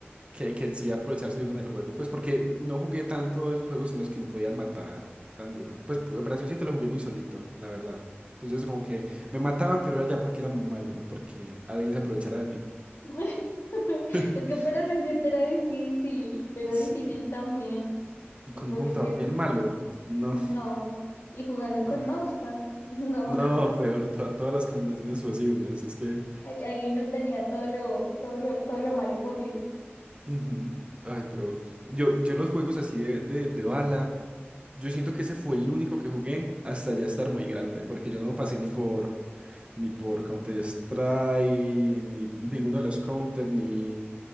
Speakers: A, on the right (about 30°); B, on the left (about 80°).
A: que, que en sí aprovecharse de uno en el juego, pues porque n- no jugué tanto esos juegos en los que me podían matar tan duro. Pues Operación 7 lo jugué muy solito, la verdad. Entonces como que me mataban, pero era ya porque era muy malo, ¿no? Porque alguien se aprovechara de mí.
B: <laughs>
A: <laughs>
B: Es que Operación siete era difícil, era
A: Sí.
B: difícil también.
A: Y con
B: Y ponle
A: un computador
B: que
A: bien malo, no.
B: no. Y jugando
A: No,
B: con mousepad, <laughs> no.
A: no, peor, to- todas las combinaciones posibles. Es que.
B: Ahí, ahí uno tenía todo lo, todo lo, todo lo malo posible.
A: Ujú. Ay, pero yo, yo los juegos así de, de, de bala, yo siento que ese fue el único que jugué hasta ya estar muy grande, porque yo no pasé ni por ni por Counter-Strike, ni ninguno de los Counter, ni,